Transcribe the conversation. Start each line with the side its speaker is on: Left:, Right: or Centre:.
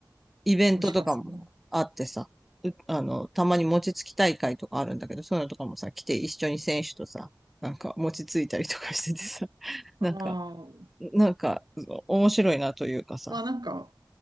Centre: イベントとかもあってさ、
Right: 推し活ね。
Centre: うあの、たまに餅つき大会とかあるんだけど、そういうのとかもさ、来て一緒に選手とさ、なんか餅ついたりとかしててさ、<laughs>
Right: ああ、
Centre: なんか、なんか、面白いなというかさ。
Right: まあなんか、